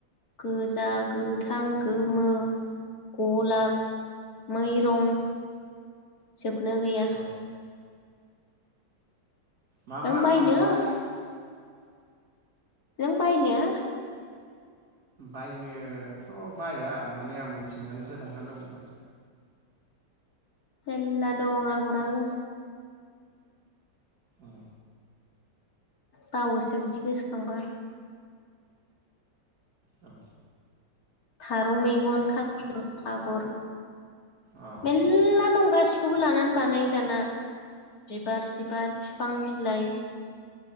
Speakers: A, on the left (about 55°); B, on the right (about 55°).
A: गोजा, गोथां, गोमो, गलाब, मै रं जोबनो गैया।
B: औ मा
A: नों
B: मा
A: बायनो
B: आगर?
A: नों बायनो?
B: बायनोथ' बाया माने आं मोनसे सोंनानैसो लानो लुबैदों।
A: मेरला दंङा आगराबो।
B: औ
A: बावोसो बिदि गोसोखांबा।
B: औ।
A: फारौ मेगन, खाफिर आगर
B: अ
A: मेलला दं गासिखौबो लानानै बानायो दाना बिबार सिबार बिफां बिलाइ